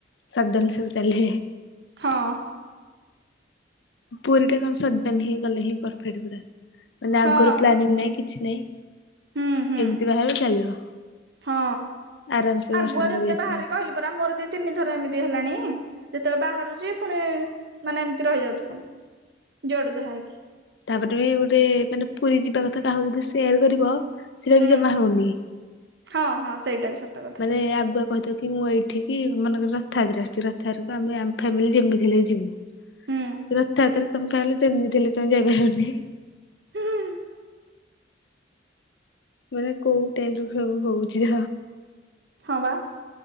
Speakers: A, on the left (about 65°); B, on the right (about 60°).
A: ସଡନ ସବୁ ଚାଲିବେ।
B: ହଁ
A: ପୁରୀ ଟା କଣ ସଡନ ହିଁ ଗଲେ ହିଁ ପରଫେକ୍ଟ ପୁରା ମାନେ
B: ହଁ
A: ଆଗରୁ ପ୍ଲାନିଂ ନାଇଁ କି କିଛି ନାଇଁ
B: ହୁଁ ହୁଁ
A: ଏମିତି ବାହାର ଚାଲିବ।
B: ହଁ
A: ଆରାମସେ
B: ଆଗୁଆ
A: ଦର୍ଶନ
B: ଯେତେ
A: କରିକି ଆସିବ।
B: ବାହାରେ କହିଲି ପରା ମୋର ଦିଦି ତିନିଥର ଏମିତି ହେଲାଣି ଯେତେବେଳେ ବାହାରୁଛି ପୁଣି ମାନେ ଏମିତି ରହିଯାଉଛି ପୁଣି। ଜୁଆଡୁ ଯାହା କି
A: ତାପରେ ବି ଗୋଟେ ମାନେ ପୁରୀ ଯିବା କଥା କାହାକୁ ଯଦି ସେୟାର କରିବ ସେଇଟା
B: ହୁଁ
A: ବି ଜମା ହଉନି।
B: ହଁ ହଁ ସେଇଟା ବି ସତ। କଥା
A: ମାନେ ଆଗୁଆ କହିଥିବ କି ମୁଁ ଏଇଠିକି ମନେକର ରଥ ଯାତ୍ରା ଅଛି ରଥଯାତ୍ରାକୁ ଆମେ ଆମ ଫାମିଲି ଯେମିତି ହେଲେ ବି ଯିବୁ।
B: ହୁଁ
A: ରଥଯାତ୍ରାରେ ତମେ କହିଲେ ଯେମିତୀ ହେଲେ ତମେ ଯାଇପାରିବନି।
B: ହଁ
A: ମାନେ କୋଉ ଟାଇମ ରୁ ସବୁ ହଉଛି।
B: ହଁ ବା